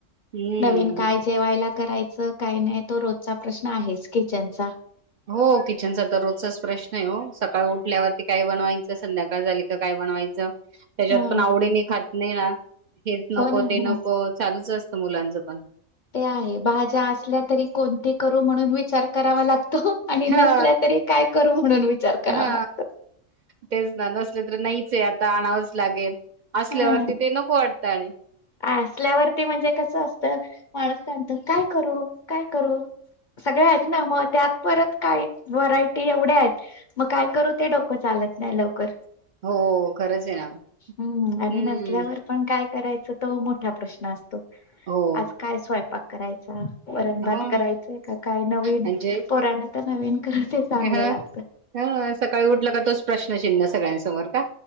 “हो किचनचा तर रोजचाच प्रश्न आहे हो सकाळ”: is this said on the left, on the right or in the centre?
Right